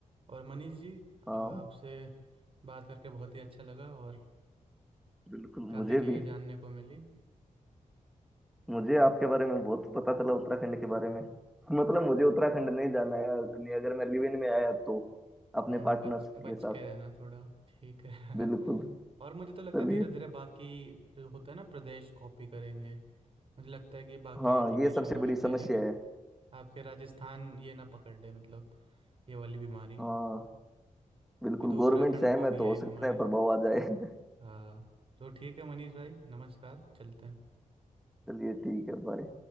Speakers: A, on the right; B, in the centre.
A: और मनीष जी
B: हाँ
A: आपसे बात करके बहुत ही अच्छा लगा और
B: बिल्कुल
A: काफ़ी
B: मुझे
A: चीज़ें
B: भी
A: जानने को मिली
B: मुझे आपके बारे में बहुत पता चला उत्तराखंड के बारे में मतलब मुझे उत्तराखंड नहीं जाना है अगर मैं लिव इन में आया तो अपने
A: हम्म
B: पार्टनर
A: बच बच
B: के साथ
A: के रहना थोड़ा ठीक है
B: बिल्कुल
A: <laughs> और मुझे तो लगता
B: चलिए
A: है धीरे धीरे बाकी जो होता है ना प्रदेश कॉपी करेंगे मुझे लगता है कि बाकी
B: हाँ
A: प्रदेशों
B: ये सबसे
A: में
B: बड़ी
A: भी
B: समस्या
A: फैलेगा
B: है
A: आपके राजस्थान ये ना पकड़ ले मतलब ये वाली बीमारी
B: हाँ बिल्कुल
A: अभी तो
B: गवर्नमेंट
A: उत्तराखंड
B: से है
A: को
B: मैं
A: भी
B: तो
A: है
B: हो
A: ये
B: सकता
A: बीमारी
B: है प्रभाव आ जाए <laughs>
A: हाँ तो ठीक है मनीष भाई नमस्कार चलते हैं
B: चलिए ठीक है बाय